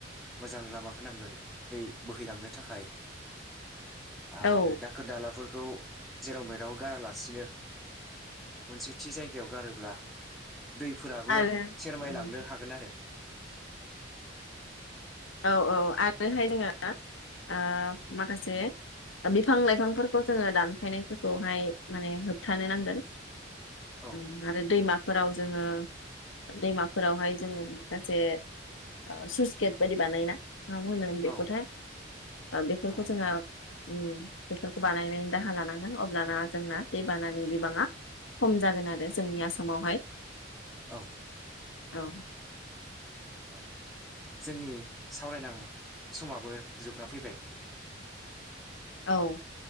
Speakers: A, in the centre; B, on the left.
A: मोजां लामा होनांगोन दै बोहैलांनो थाखाय आरो
B: औ
A: दाखोर दाला फोरखौ जेराव मेराव गारालासिनो मोनसे थि जायगायाव गारोब्ला दैफोराबो
B: आरो
A: सेरमायलांनो
B: उम
A: हागोन आरो
B: औ औ आरोहाय जोंङो ओ माखासे बिफां लाइफांफोरखौ जोंङो दानफायनायफोरखौहाय माने होबथानो नांगोन।
A: औ
B: उम
A: नंगौ
B: आरो दैमाफोराव जोंङो दैमाफोरावहाय जोंङो माखासे ओ सुइस गेट बायदि बानायना मा होनो बेखौथाय
A: औ
B: बेफोरखौ
A: औ
B: जोंङो
A: नंगौ
B: उम बेफोरखौ बानायनायनि राहा लानांगोन अब्लाना जोंना दैबानानि बिबाङा खम जागोन आरो जोंनि आसामावहाय
A: औ
B: औ
A: ओ जोंनि सावरायनां समाबो जोबना फैबाय
B: औ